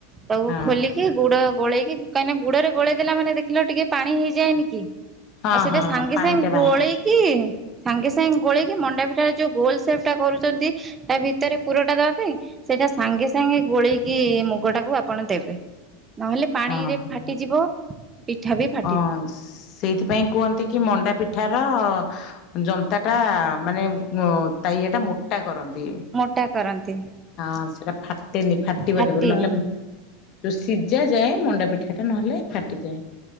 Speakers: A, on the right (about 20°); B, on the left (about 50°).
A: ତାକୁ
B: ହଁ
A: ଖୋଲିକି ଗୁଡ ଗୋଳେଇକି କାହିଁକିନା ଗୁଡରେ ଗୋଳେଇ ଦେଲା ମାନେ ଦେଖିଲ ଟିକେ ପାଣି ହେଇଯାଏନି କି?
B: ହଁ
A: ଆଉ ସେଇଟା
B: ହଁ
A: ସାଙ୍ଗେ
B: ହଁ ପାଣିଟା
A: ସାଙ୍ଗେ ଗୋଳେଇକି
B: ବାହାରେ
A: ସାଙ୍ଗେ ସାଙ୍ଗେ ଗୋଳେଇକି ମଣ୍ଡା ପିଠା ଯୋ ଗୋଲ ସେପ୍ ଟା କରୁଛନ୍ତି ତା ଭିତରେ ପୁରଟା ଦେବା ପାଇଁ ସେଇଟା ସାଙ୍ଗେ ସାଙ୍ଗେ ଗୋଳେଇକି ମୁଗ ଟାକୁ ଆପଣ ଦେବେ। ନହେଲେ ପାଣିରେ
B: ହଁ ହଁ
A: ଫାଟିଯିବ। ପିଠା ବି ଫା
B: ହଁ ସେଇଥିପାଇଁ କୁହନ୍ତି କି ମଣ୍ଡାପି ପିଠାର ଜନ୍ତାଟା ମାନେ ତା ଇଏଟା ମୋଟା କରନ୍ତି।
A: ମୋଟା କରନ୍ତି
B: ହଁ ସେଟା ଫାଟେନି ଫାଟିବନି
A: ଫାଟିନି
B: ବୋଲି ନହେଲେ ଯୋଉ ସିଝା ଯାଏ ମଣ୍ଡା ପିଠା ଟା ନହେଲେ ଫାଟିଯାଏ